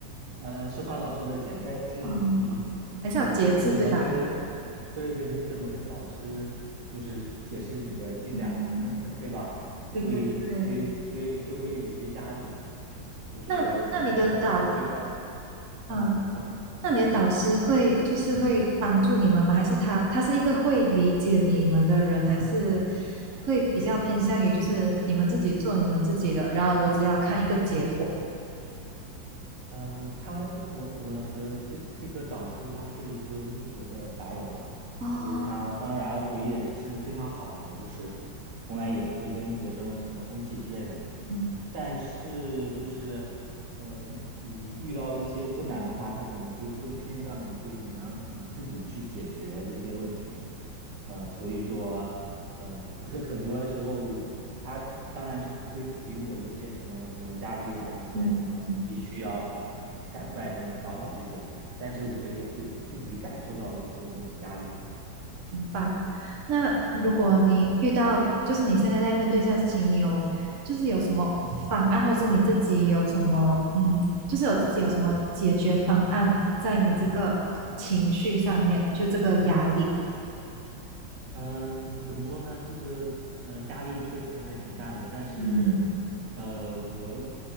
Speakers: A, on the right; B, on the right.
A: 呃，是花老师的钱，但是你你你怎么跟，
B: 嗯，还是要节制，对吧？
A: 对对，你怎么跟老师就是解释你的进展呢？
B: 嗯，
A: <laughs> 对吧？
B: 对对对。
A: 所以所以所以就会有一些压力，就是你不可能汇报，
B: 那那你的导，啊，
A: 嗯，你说。
B: 那你的导师会就是会帮助你们吗？还是他他是一个会理解你们的人，还是会比较偏向于就是你们自己做你们自己的，然后我只要看一个结果。
A: 嗯，他我我的这这个导师他是一个英国的白人嘛，
B: 哦，
A: 就是他当然为人是非常好的，就是从来也不会跟学生什么生气之类的。
B: 嗯
A: 但是就是，嗯、你遇到一些困难的话，他可能更更偏向于就是你让你自己去解决这些问题。呃，所以说，嗯、呃 <laughs> 很很多时候他当然是不会给我一些什么什么压力啊，一些什么你必须要。
B: 嗯嗯，
A: 赶快什么搞好这些，但是我会就自己感受到一些那种压力。
B: 明白。那如果你遇到就是你现在在面对这样的事情，你有就是有什么方案，或者是你自己有什么嗯，就是有自己有什么解决方案在你这个情绪上面，就这个压力。
A: 嗯，怎么说呢？这个呃压力确实还挺大的，但是
B: 嗯。
A: 呃我